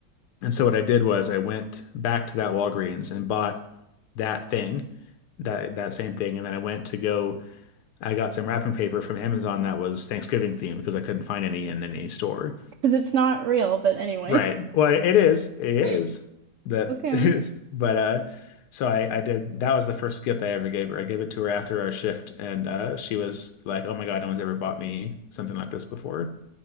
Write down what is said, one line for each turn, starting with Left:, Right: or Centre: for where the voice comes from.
Left: And so what I did was I went back to that Walgreens and bought that thing, that that same thing, and then I went to go. I got some wrapping paper from Amazon that was Thanksgiving themed because I couldn't find any in any store.
Right: Because it's not real, but anyway.
Left: Right. Well, it is. It is
Right: <laughs>
Left: that
Right: Okay.
Left: <laughs> is. But uh, so I I did. That was the first gift I ever gave her. I gave it to her after our shift, and uh, she was like, "Oh my God, no one's ever bought me something like this before."